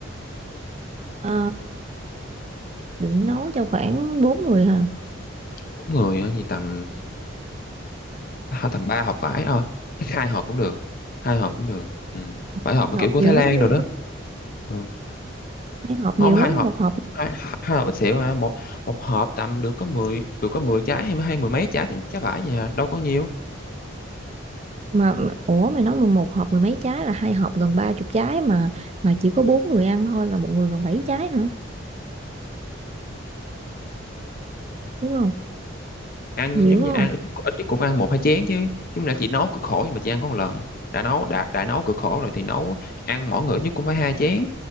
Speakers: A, on the right; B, on the left.
A: Ờ, định nấu cho khoảng bốn người hả
B: mỗi người á thì tầm à, tầm ba hộp vải ờ chắc hai hộp cũng được hai hộp cũng được ừ.
A: Khoảng
B: vải hộp mà
A: nộp
B: kiểu của
A: nhiều
B: Thái Lan
A: lắm luôn
B: rồi đó Ừ.
A: hai hộp
B: không
A: nhiều
B: hai
A: lắm
B: hộp
A: một hộp
B: hai, hai hộp ít xỉu à một một hộp tầm được có mười được có mười trái hay mười- hay mười mấy trái trái vải gì à đâu có nhiều
A: mà ủa mày nói mà một hộp mười mấy trái là hai hộp gần ba chục trái mà mà chỉ có bốn người ăn thôi là một người gần bảy trái hả đúng không
B: ăn
A: nhiều
B: giống
A: đúng
B: như ăn
A: không
B: ít ít nhất cũng phải ăn một hai chén chứ chúng là chỉ nấu cực khổ nhưng mà chỉ ăn có một lần đã nấu đã đã nấu cực khổ rồi thì nấu ăn mỗi người ít nhất cũng phải hai chén